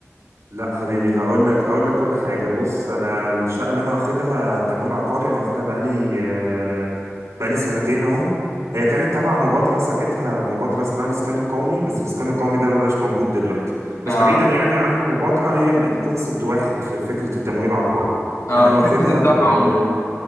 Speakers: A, on the right; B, on the left.
A: لا حبيبي هقول لك هقول لك كل حاجه بص انا الشقه اللي انا واخدها تمويل عقاري انا واخدها بقالي آه، بقالي سنتين اهو هي كانت تبع مبادره ساعتها مبادره اسمها الاسكان القومي بس الاسكان القومي ده مبقاش موجود دلوقتي بس
B: آه
A: بعيدا يعني عن المبادره هي ال- الكونسبت واحد في فكره التمويل العقاري
B: آه
A: انا
B: فكره
A: واخدها
B: الدفع
A: ب... ب...
B: عموما